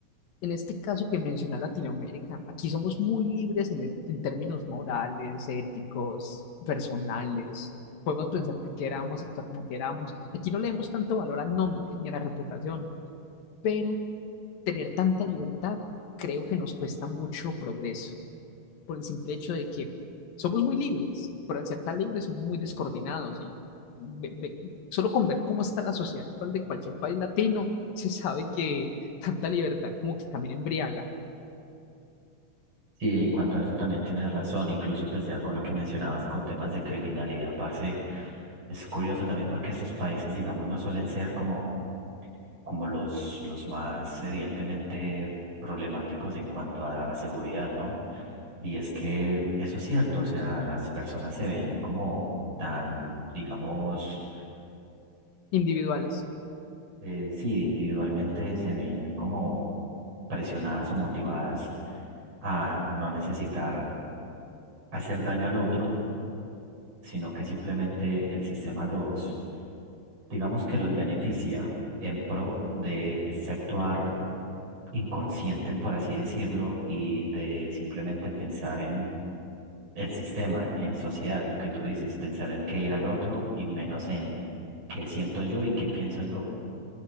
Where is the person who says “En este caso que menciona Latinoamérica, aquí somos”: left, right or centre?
Left